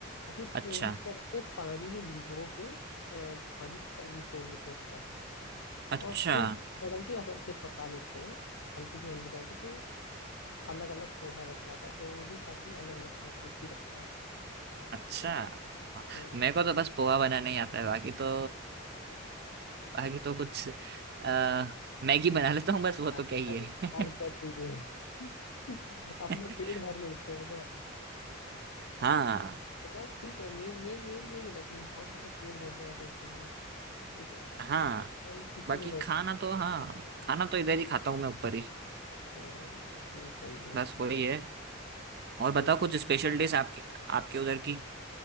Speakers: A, on the left; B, on the right.
A: और फिर
B: अच्छा
A: पोहे को क्या करते हैं पानी में भिगो के अ, पानी ख- निचोड़ लेते हैं उसका
B: अच्छा
A: और फिर डाल के ऐसे पका लेते हैं हल्की सी हल्दी डाल के तो अलग अलग पोहा बन जाता है तो वो भी काफी अलग लगता है टेस्टी लगता है
B: अच्छा हाँ,
A: हाँ
B: मेरे को तो बस पोहा बनाना ही आता है बाकी तो बाकी तो कुछ अ, मैगी बना लेता हूँ बस वो तो
A: अरे
B: क्या ही
A: भाई
B: है
A: और क्या चाहिए <laughs> अपना
B: <laughs>
A: पेट भर लेते हो ना अ,
B: हाँ
A: तो बस ठीक है मेन मेन मेन यही होना चाहिए इंसान को अपना पेट भरना आना चाहिए ठीक है
B: हाँ
A: भाई किसी
B: बाकी
A: के भर
B: खाना तो हाँ खाना तो इधर ही खाता हूँ मैं ऊपर ही
A: हाँ नहीं सही है
B: बस वही है और
A: नहीं
B: बताओ कुछ स्पेशल डिश आपके आपके उधर की